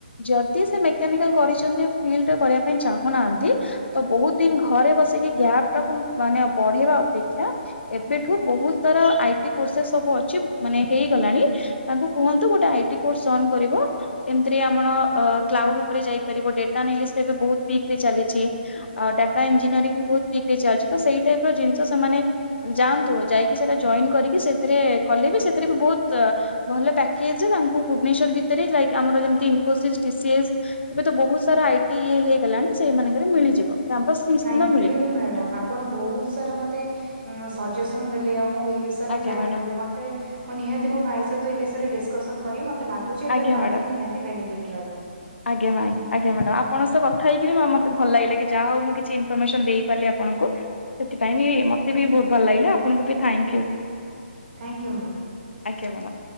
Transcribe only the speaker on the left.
ଯଦି ସେ ମେକାନିକାଲ୍ କରିଛନ୍ତି ଫିଲ୍ଡରେ କରିବା ପାଇଁ ଚାହୁଁନାହାନ୍ତି। ତ ବୋହୁତ ଦିନ ଘରେ ବସିକି ଗ୍ୟାପ୍ ଟାକୁ ମାନେ ବଢେଇବା ଅପେକ୍ଷା ଏବେଠୁ ବୋହୁତ ସାରା ଆଇ ଟି କୋର୍ସେସ ସବୁ ଅଛି ମାନେ ହେଇଗଲାଣି। ତାଙ୍କୁ କୁହନ୍ତୁ ଗୋଟେ ଆଇଟି କୋର୍ସ ଜ‌ଏନ୍ କରିବ। ସେଥିରେ ଆମର କ୍ଲାଉଡ ଉପରେ ଯାଇପାରିବ। ଡେଟାଲିନିସ୍ ରେ ଏବେ ବୋହୁତ ପିକରେ ଚାଲିଚି। ଅ ଡାଟା ଇଞ୍ଜିନିୟରି ବି ବୋହୁତ ପିକ୍ ରେ ଚାଲିଚି। ତ ସେଇ ଟାଇପର ଜିନିଷ ସେମାନେ ଯାଆନ୍ତୁ ଯାଇକି ସେଟା ଜଏନ କରିକି ସେଥିରେ କଲେ ବି ସେଥିରେ ବି ବୋହୁତ ଭଲ ପ୍ୟାକେଜ ତାଙ୍କୁ ଭୁବନେଶ୍ୱର୍ ଭିତରେ ଯାଇ ଆମର ଯୋଉଁ ଇନ୍ଫୋସିସ ଟିସିଏସ ଏବେ ତ ବହୁତ ସାରା ଆଇଟି ଇଏ ହେଇଗଲାଣି। ସେଇମାନଙ୍କରେ ମିଳିଯିବ କ୍ୟାମ୍ପସ ନିଶ୍ଚିନ୍ତ
ମିଳିବ।
ଆଜ୍ଞା
ମ୍ୟାଡ଼ାମ
ଆଜ୍ଞା
ମ୍ୟାଡ଼ାମ
ଆଜ୍ଞା <unintelligible> ଆଜ୍ଞା ମ୍ୟାଡମ ଆପଣଙ୍କ ସହ କଥା ହେଇକି ମ-ମତେ ଭଲ ଲାଗିଲା। କି ଯାହା ହୋଉ ମୁଁ କିଛି ଇନଫର୍ମସନ ଦେଇପାରିଲି ଆ ପଣଙ୍କୁ ସେଥିପାଇଁ ବି ମତେ ବି ବୋହୁତ ଭଲ ଲାଗିଲା। ଆପଣଙ୍କୁ ବି thank you.
ଆଜ୍ଞା ମ୍ୟାଡମ୍।